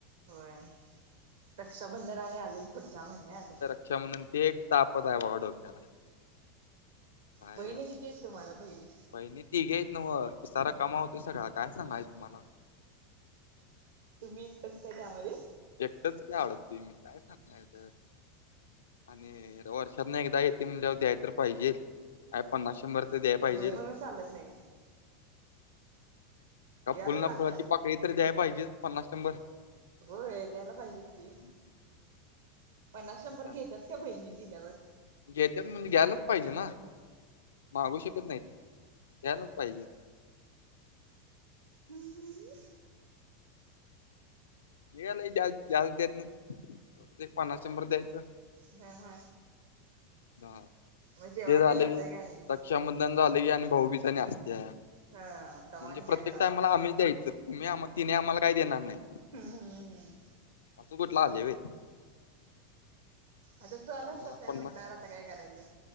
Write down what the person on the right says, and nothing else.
होय रक्षाबंधन आणि आलंय पुढच्या महिन्यात.
बहिणी किती येत तुम्हाला बहिणी?
तुम्ही एकटचं काय त्यामध्ये?
होय म्हणून चालत नाही.
द्यायला
लागणार.
हो द्यायला पाहिजेच की
पन्नास शंभर
घेत्यात काय बहिणी दिल्यावर.
उम हम्म.
हा हा.
मग जेवाय
तेन जाताय
का नाही
हा तवान
काय तर असतय
हम् हम हम.
आता सणच
तसं आहे
म्हटल्यावर आता काय करायचं?